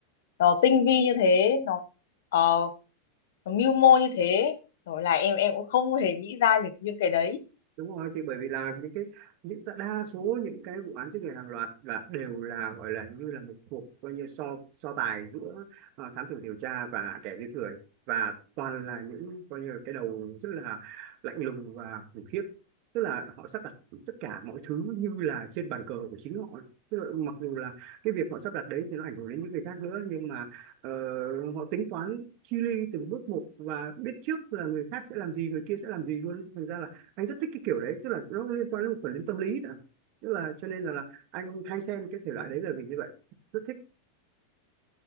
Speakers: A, on the left; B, on the right.
A: nó tinh vi như thế nó ờ, nó mưu mô như thế rồi là em em cũng không hề nghĩ ra được những cái đấy
B: đúng rồi chị bởi vì là những cái những ta- đa số những cái vụ án giết người hàng loạt là đều là gọi là như là một cuộc coi như so so tài giữa ờ, thám tử điều tra và kẻ giết người và toàn là những coi như là cái đầu rất là lạnh lùng và khủng khiếp tức là họ sắp đặt tất cả mọi thứ như là trên bàn cờ của chính họ tức là mặc dù là cái việc họ sắp đặt đấy thì nó ảnh hưởng đến những người khác nữa nhưng mà ờ, họ tính toán chi li từng bước một và biết trước là người khác sẽ làm gì người kia sẽ làm gì luôn thành ra là anh rất thích cái kiểu đấy tức là nó liên quan đến một phần đến tâm lý nữa tức là cho nên là, là anh hay xem cái thể loại đấy là vì như vậy rất thích